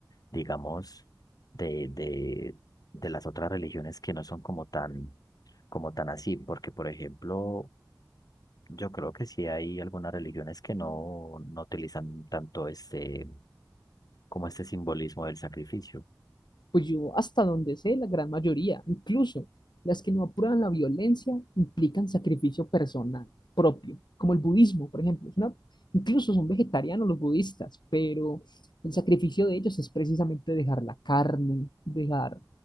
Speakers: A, on the left; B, on the left.
A: digamos, de, de, de las otras religiones que no son como tan, como tan así? Porque, por ejemplo, yo creo que sí hay algunas religiones que no, no utilizan tanto este, como este simbolismo del sacrificio.
B: Pues yo, hasta donde sé, la gran mayoría, incluso las que no apuran la violencia, implican sacrificio personal propio, como el budismo, por ejemplo. Es una- incluso son vegetarianos los budistas, pero el sacrificio de ellos es precisamente dejar la carne, dejar